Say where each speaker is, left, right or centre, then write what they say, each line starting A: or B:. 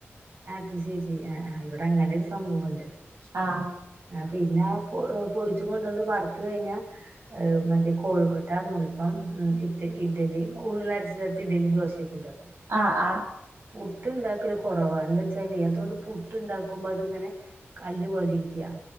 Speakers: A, on the right; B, on the right.
A: അത് ശെരി അഹ് ആഹ് ഇവടെ അങ്ങനൊരു സംഭവുണ്ട്
B: ആഹ്
A: ആഹ് പിന്നെ ആ പൊ പൊടിച്ചു കൊണ്ടന്ന് വറത്ത് കഴിഞ്ഞാ മറ്റേ കോഴിക്കോട്ട നൂളപ്പം ഉം ഇ ഇഡലി ഉഴ്ന്നരച്ചേർത്ത് ഇഡലിം ദോശ ജപ്പൻണ്ടാക്കൂ
B: ആഹ് ആഹ്
A: പുട്ട് ഉണ്ടാക്കില് കൊറവാണ്. എന്താച്ചലെ അതോണ്ട് പുട്ട് ഇണ്ടാക്കുമ്പോ അത്ങ്ങനെ കല്ല് വലിക്ക്യ